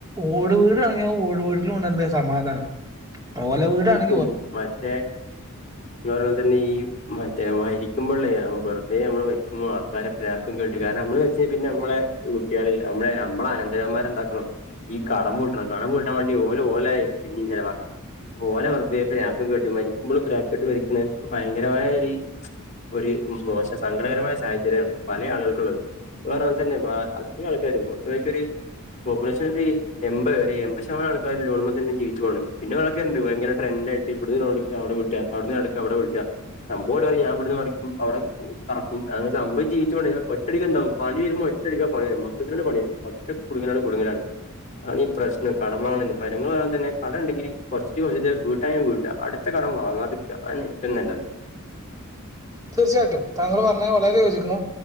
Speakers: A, on the right; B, on the left.
A: ഓട് വീടാണങ്ങി ആ ഓട് വീട്ടിലും ഉണ്ട് എന്ത് സമാധാനം ഓല വീടാണെ
B: ഉം മറ്റേ ഇങ്ങറ്യ തന്നെ ഈ മറ്റേ മരിക്കുമ്പള്ളയാമ്പർ ഇതേ നമ്മള് മരിക്കുമ്പൊ ആൾക്കാരെ പ്രാക്കും കേട്ട് കാരണം നമ്മള് വെച്ചത് പിന്നെ ഞമ്മളെ കുട്ട്യാള് അമ്മളെ നമ്മള അനന്തരവൻമാരെന്താ ക്കണം ഈ കടം വീട്ടണം കടം വീട്ടാൻ വാണ്ടി ഓല് ഓലതേറ്റ് പിന്നിം ചെലവാക്കണം. ഓലെ വെറ്തെ പ്രാക്കും കേട്ട് മരിക്കുമ്പളും പ്രാക്ക് കേട്ട് മരിക്ക്ണെ ഭയങ്കരമായ ഒര് ഒരു മോശ സങ്കടകരമായ സാഹചര്യമാണ് പല ആളുകൾക്കുള്ളത് വേറെങ തന്നെ ബാ അധിക ആൾക്കാരും ഒട്ടുമിക്കര് പോപ്പുലേഷൻ ഒരു എൺപത് ഒരു എൺപത് ശതമാനം ആൾക്കാര് ലോണ് മ്മെ തന്നെ ജീവിച്ചു പോണ് പിന്നെ വേറാൾക്കാര്ണ്ട് ഭയങ്കര ട്രെൻഡ് ആയിട്ട് ഇബ്ട്ന്ന് ലോണ്‌ട്ക്ക അവടെ വീട്ട അവ്ട്ന്ന് ലോണ് ട്ക്ക ഇവടെ വീട്ട സംഭവം ഓല് പറിം ഞാൻ ഇവിട്ന്ന് മറിക്കും അവടെ കിറക്കും അങ്ങനെ സംഭവം ജീവിച്ചു പോണ്ടേ <unintelligible> ഒറ്റടിക്ക് എന്താവും പണി വരുമ്പൊ ഒ റ്റടിക്കാ പണി വരാ മൊത്തത്തിലണ്ട് പണി വരരും ഒറ്റ കുടുങ്ങങ്ങലാണ്ട് കുടുങ്ങലാണ്. ആണീ പ്രശ്‌നം കടം വാങ്ങ്ണന്നെ പെര <unintelligible> തന്നെ കടം ഇണ്ടെങ്കില് കൊറച്ചിച്ചെ കൊറച്ചിച്ചെ വീട്ടായെം വീട്ടാ അടുത്ത കടം വാങ്ങാത്ക്ക അതന്നെ ഏറ്റവും നല്ലത്.
A: തീർച്ചയായിട്ടും താങ്കൾ പറഞ്ഞത് വളരെ യോജിക്ക്ണു